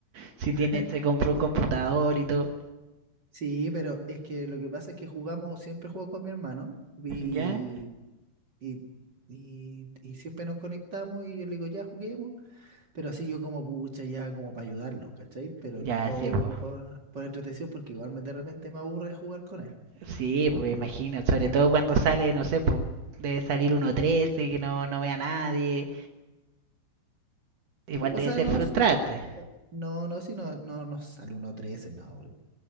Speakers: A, on the right; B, on the right.
A: si
B: <laughs>
A: tiene, se compró un computador y todo.
B: Sí, pero es que lo que pasa es que jugamos, siempre juego con mi hermano y,
A: ¿Ya?
B: y, y, y siempre nos conectamos y yo le digo, ya juguemos, pero así yo como pucha, ya como para ayudarlo, ¿cachai? Pero
A: Ya,
B: no pa-
A: sí,
B: como
A: pues.
B: para por entretención porque igual me- de repente me aburre jugar con él.
A: Sí, pues imagino, sobre todo cuando sale, no sé, pues debe salir uno 13 que no, no ve a nadie. Igual
B: Sí, O
A: debe
B: sea,
A: ser
B: no,
A: frustrante.
B: s- no, no, si no, no, no sale uno 13 no. porque